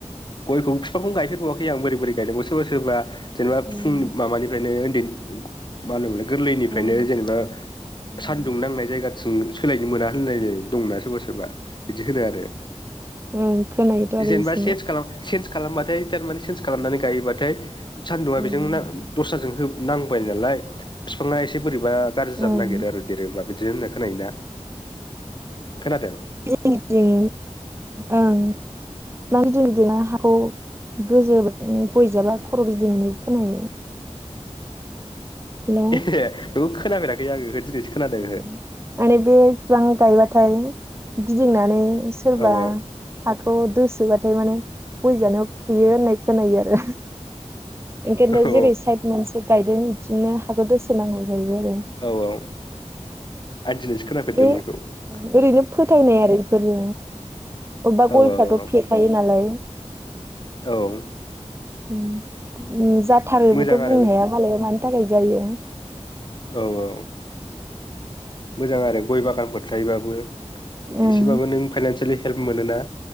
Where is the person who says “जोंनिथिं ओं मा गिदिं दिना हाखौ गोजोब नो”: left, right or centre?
Right